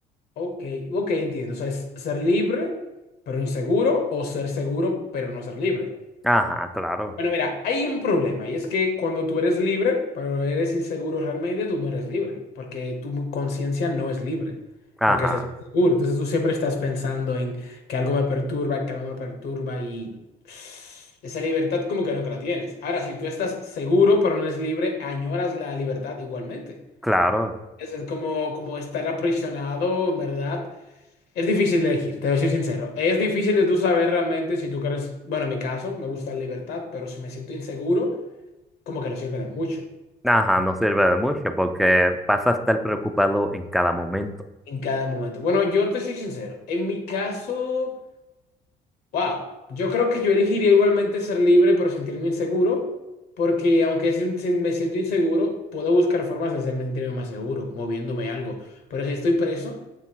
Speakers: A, on the left (about 70°); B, in the centre.
A: Ok, ok, entiendo. O sea, es ser libre, pero inseguro, o ser seguro, pero no ser libre.
B: Ajá, claro.
A: Bueno, mira, hay un problema, y es que cuando tú eres libre, pero eres inseguro realmente, tú no eres libre, porque tu conciencia no es libre,
B: Ajá,
A: porque estás inseguro. Entonces tú siempre estás pensando en que algo me perturba, que algo me perturba, y esa libertad como que nunca la tienes. Ahora, si tú estás seguro, pero no eres libre, añoras la libertad igualmente.
B: claro.
A: Eso es como, como estar aprisionado, en verdad, es difícil de elegir, te lo soy sincero. Es difícil de tú saber realmente si tú quieres, bueno, en mi caso, me gusta la libertad, pero si me siento inseguro, como que no sirve de mucho
B: Ajá, no sirve de mucho porque vas a estar preocupado en cada momento.
A: en cada momento. Bueno, yo te soy sincero. En mi caso, wow, yo creo que yo elegiría igualmente ser libre, pero sentirme inseguro, porque aunque es un- si me siento inseguro, puedo buscar formas de hacerme sentirme más seguro, moviéndome algo. Pero si estoy preso...